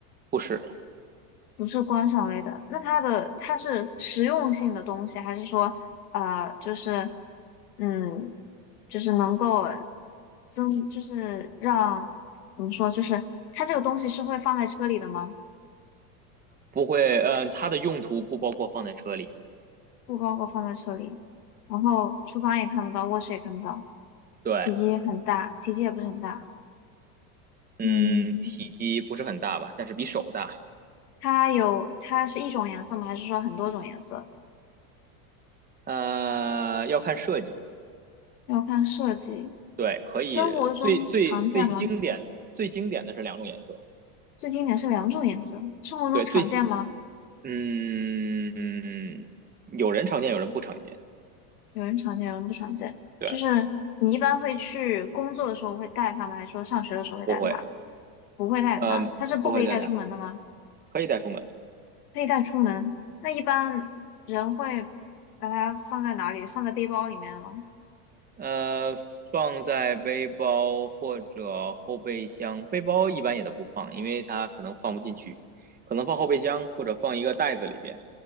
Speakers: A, on the right (about 20°); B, on the left (about 80°).
A: 不是，
B: 不是观赏类的，那它的它是实用性的东西，还是说呃，就是嗯，就是能够增，就是让怎么说，就是它这个东西是会放在车里的吗？
A: 不会。嗯，它的用途不包括放在车里。
B: 不包括放在车里，然后厨房也看不到，卧室也看不到，
A: 对。
B: 体积也很大，体积也不是很大。
A: 嗯，
B: 嗯，
A: 体积不是很大吧，但是比手大。
B: 它有它是一种颜色吗？还是说很多种颜色？
A: 呃，要看设计，
B: 要看设计。
A: 对，可以最最最经典最经典的是两种颜色，
B: 生活中常见吗？最经典是两种颜色，生活中常见吗？
A: 对，最嗯嗯，有人常见，有人不常见，
B: 有人常见，有人不常见。
A: 对，
B: 就是你一般会去工作的时候会带它吗？还是说上学的时候会带它？
A: 不会，
B: 不会带它，
A: 呃，
B: 它是不可以带出门的吗？
A: 不会带它，可以带出门，
B: 可以带出门。那一般人会把它放在哪里？放在背包里面吗？
A: 呃，放在背包或者后备箱，背包一般也都不放，因为它可能放不进去，可能放后备箱或者放一个袋子里边，